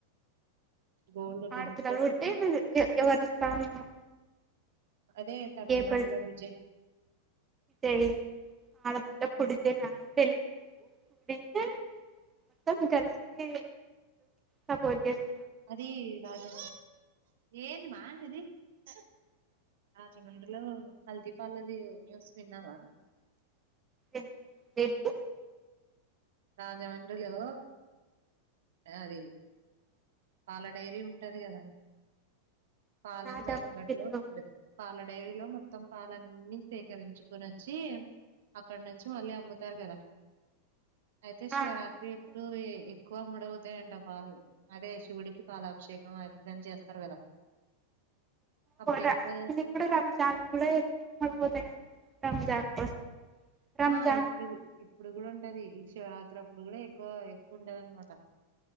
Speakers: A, on the right; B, on the right.
A: గోల్డ్
B: ఆడపిల్లలు
A: రింగ్ ఒకటి
B: పుడితే మీరు ఎ ఎవరిస్తాన్నారు.
A: అదే తమిళనాడులో
B: ఏప్రిల్టీ
A: విజయ్
B: ఎప్ ఆడపిల్ల పుడితెనా తెళ్లికి కుడితే మొత్తం కలిసి సపోర్ట్ చేస్తము.
A: అది రాజా ఏంది మా ఇది ఆ రాజమండ్రిలో కల్తీపాలది న్యూస్ విన్నావా.
B: ఎప్పు ఏమీటి
A: రాజమండ్రిలో ఆది పాల డైరీ ఉంటది కదా పాలమ్మే
B: రాజా
A: అంగట్లో
B: మందిర్లో
A: పాల డైరీలో మొత్తం పాలన్నీ సేకరించుకొని వచ్చి అక్కడ నుంచి మళ్ళీ అమ్ముతారు కదా అయితే శివరాత్రి
B: ఆ అమిత్
A: ఎప్పుడు ఏక్ ఎక్కువ ముడుగుతాయంట పాాలు అదే ఇష్ శివుడికి పాలాభిషేకం అది ఇది అని చేస్తరు కదా అప్పుడు
B: పొర
A: ఎక్కువ
B: నువ్వు ఇప్పుడు రంజాన్ కూడ ఎక్కువ పోతం రంజాన్ కోసం రంజాన్
A: ఆ ఇప్పుడిది
B: కి
A: ఇప్పుడు కూడా ఉం టది శివరాత్రి అప్పుడు కూడా ఎక్కువ ఎక్కువ ఉంటది అనమాట